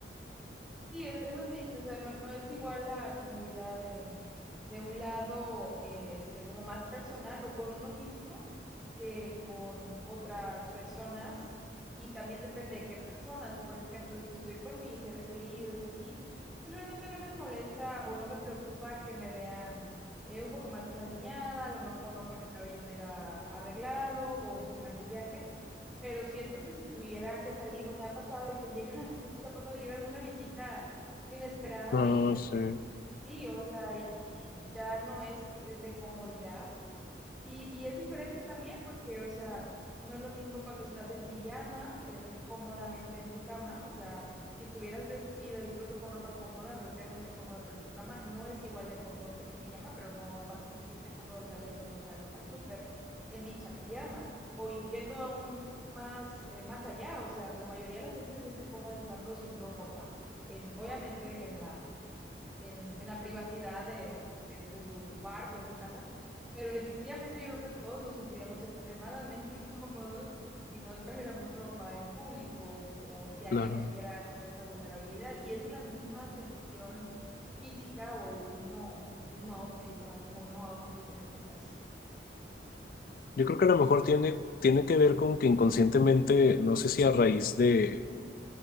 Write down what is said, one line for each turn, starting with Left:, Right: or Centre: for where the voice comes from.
Centre: Sí, es, es lo que dices, o sea, no, no es igual la comodidad de, de un lado, este, como más personal o con uno mismo que con otras personas. Y también depende de qué personas. Por ejemplo, si estoy con mis seres queridos y así, pues realmente no me molesta o no me preocupa que me vean eh, un poco más desaliñada, a lo mejor no con el cabello mega arreglado o sin maquillaje pero siento que si tuviera que salir, o me ha pasado de que llega, <laughs> no sé si te ha pasado, llega alguna visita inesperada
Left: No,
Centre: y
Left: sí,
Centre: sí, o sea, y, y ya no es de de comodidad, y, y es diferente también porque, o sea, no es lo mismo cuando estás en pijama, eh, cómodamente en tu cama, o sea, si estuvieras vestido incluso con ropa cómoda, relativamente cómoda, pero en tu cama, no es igual de cómodo que en un pijama, pero no vas a sentirte cómodo saliéndonos al, al súper en dicha pijama o yendo aún más, eh, más allá, o sea, la mayoría de la gente se siente cómoda estando sin ropa, en, obviamente en la en, en la privacidad de, de, de, su cuarto, de su casa, pero definitivamente yo creo que todos nos sentiríamos extremadamente <laughs> incómodos si no trajéramos ropa en público o si alguien
Left: claro.
Centre: nos viera con esa vulnerabilidad. Y es la misma sensación física o el mismo, el mismo outfit, vamos, o no outfit en este caso.
Left: Yo creo que a lo mejor tiene, tiene que ver con que inconscientemente, no sé si a raíz de,